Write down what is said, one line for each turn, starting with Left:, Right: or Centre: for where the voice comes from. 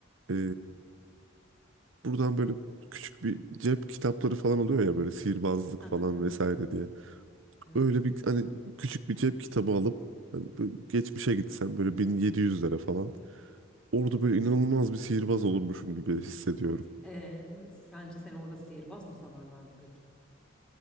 Right: e, buradan böyle küçük bir cep kitapları falan oluyor ya böyle sihirbazlık
Centre: Hı
Right: falan
Centre: hı hı hı.
Right: vesaire diye.
Centre: Evet.
Right: Öyle bir hani küçük bir cep kitabı alıp hani böyle geçmişe gitsem böyle 1700'lere falan orada böyle inanılmaz bir sihirbaz olurmuşum gibi hissediyorum.
Centre: Ee, sence seni orada sihirbaz mı sanarlardı peki?